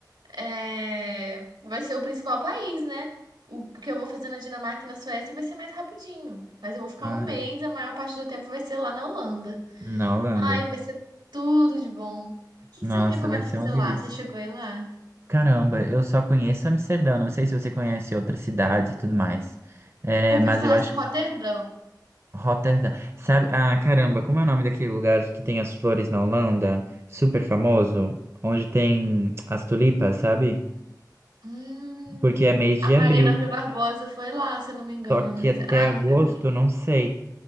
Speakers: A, on the right; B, on the right.
A: é, vai ser o principal país, né? O que eu vou fazer na Dinamarca e na Suécia vai ser mais rapidinho. Mas eu vou ficar
B: Claro.
A: um mês, a maior parte do tempo vai ser lá na Holanda.
B: Na Holanda.
A: Ai, vai ser tudo de bom. O que
B: Nossa,
A: que você me recomenda
B: vai ser
A: fazer
B: uma delícia.
A: lá? Você chegou aí lá?
B: Caramba, eu só conheço Amsterdã. Não sei se você conhece outras cidades e tudo mais. É,
A: Ouvi
B: mas
A: falar
B: eu acho
A: de Roterdã.
B: que Rotterdam. Sabe? Ah, caramba, como é o nome daquele lugar que tem as flores na Holanda? Super famoso, onde tem as tulipas, sabe?
A: Hum,
B: Porque é mês de
A: a Marina
B: abril.
A: Rui Barbosa foi lá, se eu não me engano.
B: Só que
A: rece-
B: até
A: Ah,
B: agosto,
A: não, a Camila que.
B: eu não sei.